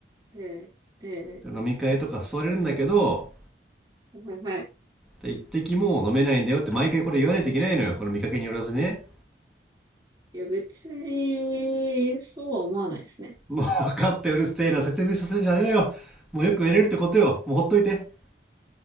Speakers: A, on the right; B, in the centre.
A: ええ、ええ、
B: 飲み会とか誘われるんだけど、
A: はい、はい。
B: 一滴も飲めないんだよって毎回これ言わないといけないのよ。この見かけによらずね。
A: いや、別に、そうは思わないですね。
B: もう分かってうるせえな。説明させんじゃねえよ。もうよくやれるってことよ。もうほっといて。